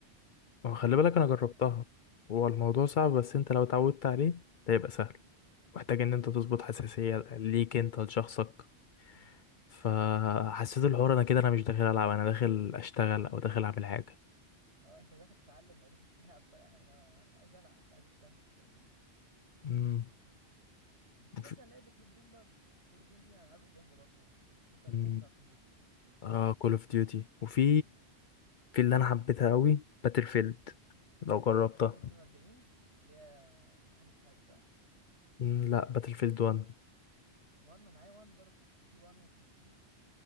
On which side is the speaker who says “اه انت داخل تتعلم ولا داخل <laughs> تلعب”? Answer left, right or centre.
Right